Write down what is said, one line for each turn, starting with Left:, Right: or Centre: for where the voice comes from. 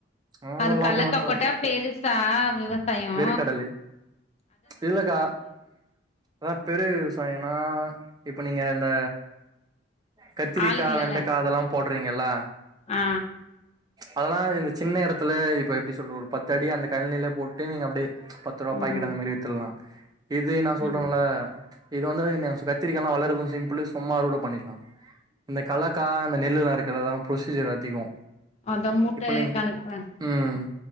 Right: அதெல்லா
Left: அதுக் கலக்காப்
Right: லாபந்தா தரு
Left: போட்டா பெருசா விவச் சயோ
Right: வேர்க்கடலை இல்லக்கா அதாப் பெரு விவசாயனா இப்ப நீங்க இந்த கத்திரிக்கா
Left: ஆளுங்களல்லா
Right: வெண்டக்கா அதெலாம் போட்றீங்கில்ல
Left: ஆ
Right: அதலா இந்த சின்ன எடத்துல இப்ப எப்டி சொல்ற ஒரு பத்து அடி அந்தக் கழநிலப் போட்டு நீங்க அப்டே பத் த்துருவாப்
Left: ம்
Right: பாக்கிட்டு அந்த மாரி வித்துல்லா இது நா சொல்றேல்ல
Left: ம்
Right: இது வந்து எனையசு கத்திரிகாலா வளரது சிம்பிளு சும்மா அறுவட பண்ணில்லா இந்தக் கலக்கா இந்த நெல்லுலா இருககதாம் பிரொசீஜர் அதிகோ
Left: அதா மூட்ட
Right: இப்ப நீங்க
Left: கணக்றே
Right: ம்
Left: ஆமா